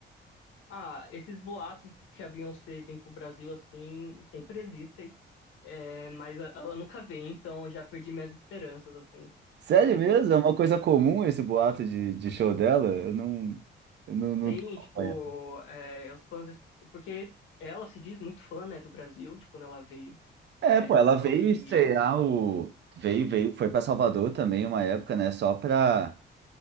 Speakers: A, on the left; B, on the right.
A: ah, esses boatos que a Beyoncé vem pro Brasil assim, sempre existem. É, mas a- ela nunca vem, então eu já perdi minhas esperanças, assim,
B: Sério
A: é,
B: mesmo?
A: de...
B: É uma coisa comum esse boato de, de show dela? Eu não, eu não, não
A: Tem,
B: tô acompanhando.
A: tipo, é, os fãs... Porque ela se diz muito fã, né, do Brasil, de quando ela veio
B: É,
A: é,
B: pô, ela
A: pro
B: veio
A: Rock in
B: estrear
A: Rio.
B: o. Veio, veio, foi para Salvador também uma época, né? Só pra,